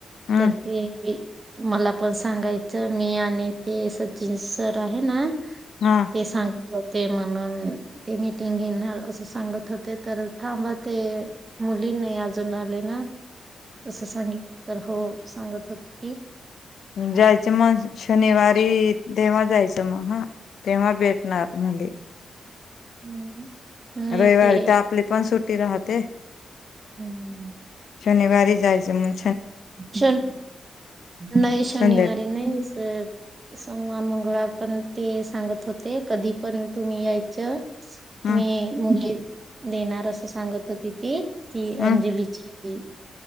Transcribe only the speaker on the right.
तर ते मला पण सांगायचं मी आणि ते सचिन सर आहे ना
ते सांग होते म्हणून ते मीटिंग घेणार असं सांगत होते तर थांब ते मुली नाही अजून आले ना. असं सांगितलं. तर हो. सांगत होत ती.
अ, हम्म. नाही
ते
हम्म
शन, नाही. शनिवारी
नाही सन. सोमवार, मंगळवार पण ते सांगत होते. कधी पण तुम्ही यायचं.
मी मुली देणार असं, सांगत होती ती. ती
अंजलीची,